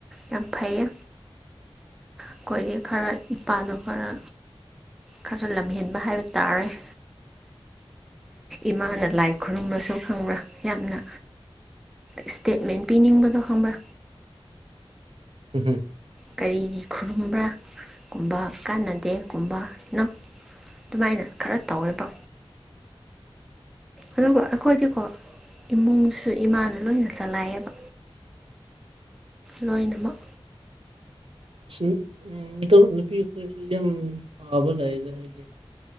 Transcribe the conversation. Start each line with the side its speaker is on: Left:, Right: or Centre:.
Centre: ꯌꯥꯝ ꯐꯩꯌꯦ ꯑꯈꯣꯏꯒꯤ ꯈꯔ ꯏꯄꯥꯗꯣ ꯈꯔ ꯈꯔ ꯂꯝꯍꯦꯟꯕ ꯍꯥꯏꯕ ꯇꯥꯔꯦ꯫ ꯏꯃꯥꯅ ꯂꯥꯏ ꯈꯨꯔꯨꯝꯃꯁꯨ ꯈꯪꯕ꯭ꯔꯥ ꯌꯥꯝꯅ ꯏꯁꯇꯦꯠꯃꯦꯟ ꯄꯤꯅꯤꯡꯕꯗꯣ ꯈꯪꯕ꯭ꯔꯥ꯫
Right: ꯎꯝ
Centre: ꯀꯔꯤꯒꯤ ꯈꯨꯔꯨꯝꯕ꯭ꯔꯥꯒꯨꯝꯕ ꯀꯥꯟꯅꯗꯦꯒꯨꯝꯕꯅꯣ ꯑꯗꯨꯃꯥꯏꯅ ꯈꯔ ꯇꯧꯋꯦꯕ꯫ ꯑꯗꯨꯒ ꯑꯩꯈꯣꯏꯗꯤꯀꯣ ꯏꯃꯨꯡꯁꯨ ꯏꯃꯥꯅ ꯂꯣꯏꯅ ꯆꯂꯥꯏꯑꯕ꯫ ꯂꯣꯏꯅꯃꯛ
Right: <unintelligible> ꯍꯥꯏꯗꯤ